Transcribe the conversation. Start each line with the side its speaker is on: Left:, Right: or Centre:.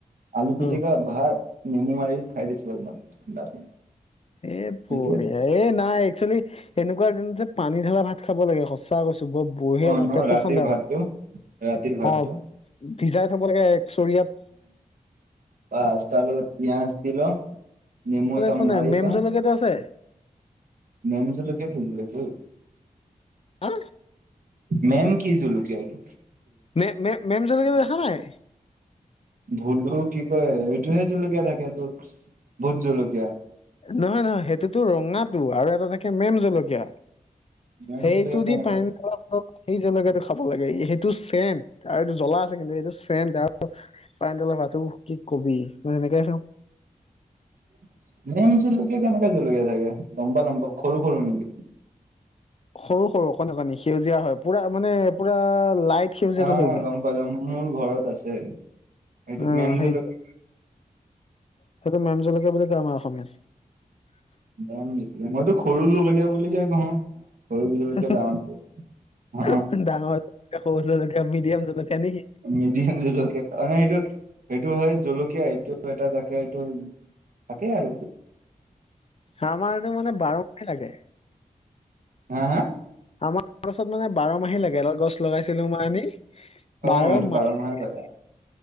Right: আলু। পিটিকা
Left: অ',
Right: ভাত নেমু মাৰি খাই দিছো একদম ঠাণ্ডা ঠাণ্ডা।
Left: এ
Right: সেইটোৱে
Left: বঢ়িয়া
Right: বেষ্ট।
Left: এ নাই একচুৱেলি এনেকুৱা যোন পানী ঢালা ভাত খাব লাগে সঁচা কৈছো বৰ বঢ়িয়া
Right: অ
Left: ভাত
Right: ন
Left: পেটটো
Right: ৰাতিৰ
Left: ঠাণ্ডা
Right: ভাতটো
Left: কৰে
Right: ৰাতিৰ ভাতটো
Left: অ ভিজাই থব লাগে এক চৰিয়াত
Right: বাচ তাৰ লগত পিয়াজ দি লহ নেমু এটা
Left: হয়নে
Right: মাৰি
Left: মেম
Right: লওঁ
Left: জলকীয়াটো আছে
Right: মেম জলকীয়া কি জলকীয়া অ
Left: আ
Right: মেম কি জলকীয়া এটো
Left: মে মেম মেমজলকীয়াটো দেখা নাই
Right: ভুত গৰু কি কয় এইটোহে জলকীয়া থাকে তোৰ ভোত জলকীয়া
Left: নহয় নহয় সেইটোতো ৰঙাটো আৰু এটা থাকে মেম জলকীয়া
Right: মেম
Left: সেইটো
Right: জলকীয়া কেনেকুৱা
Left: দি ফেইন অ হক সেই জলকীয়াটো খাব লাগে ই সেইটো চেণ্ট আৰু এইটো জ্বলা আছে কিন্তু সেইটো চেন্ট আৰু পানীতুলা ভাত ত কি কবি মই সেনেকে আছোং
Right: <inaudible> মেম জলকীয়া কেনেকা জলকীয়া থাকে লম্বা লম্বা সৰু সৰু নেকি
Left: সৰু সৰু অকণী অকণী সেউজীয়া হয় পুৰা মানে পুৰা লাইট সেউজীয়াটো
Right: অ
Left: হয়গে
Right: গম পালোঁ গম মোৰ ঘৰত আছে সেইটো
Left: অ
Right: মেম
Left: সেইটো
Right: জলকীয়া
Left: সেইটো মেম জলকীয়া বুলি কই আমাৰ অসমীয়াত
Right: মেম জলকীয়া মইতো সৰু জলকীয়া বুলিহে কওঁ সৰু জলকীয়া
Left: হ
Right: ডাঙৰ অ
Left: হ হ হৌ ডাঙৰ জলকীয়া সৰু জলকীয়া মিডিয়াম জলকীয়া নেকি।
Right: মিডিয়াম জলকীয়া মানে সেইটো সেইটো হয় জলকীয়া এইটো এটা তাকে এইটো। থাকে আৰু
Left: আমাৰটো মানে বাৰ মাহ লাগে।
Right: হাঁ হাঁ।
Left: আমাৰ ওচৰত মানে বাৰ মাহে লাগে এদাল গছ লগাইছিলো মই আনি
Right: অ
Left: বাৰ
Right: সেইটো
Left: মাহে।
Right: লাগে